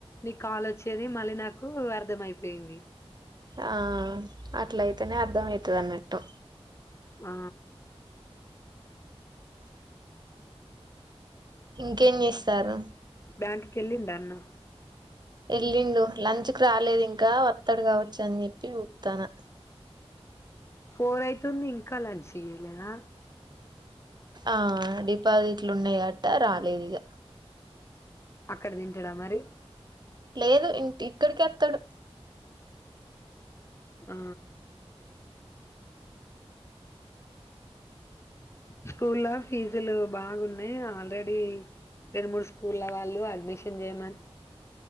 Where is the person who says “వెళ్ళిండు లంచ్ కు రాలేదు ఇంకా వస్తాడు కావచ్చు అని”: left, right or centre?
Right